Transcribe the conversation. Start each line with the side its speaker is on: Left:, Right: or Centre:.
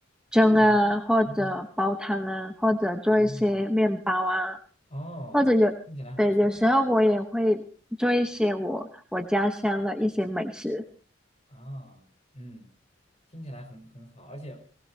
Centre: 蒸啊，
Left: 嗯嗯，
Centre: 或者煲汤啊，或者做一些面包啊，
Left: 哦，哦，
Centre: 或者有，
Left: 听起来很不错哎
Centre: 对，有时候我也会做一些我我家乡的一些美食，
Left: 啊，嗯，听起来很很好，而且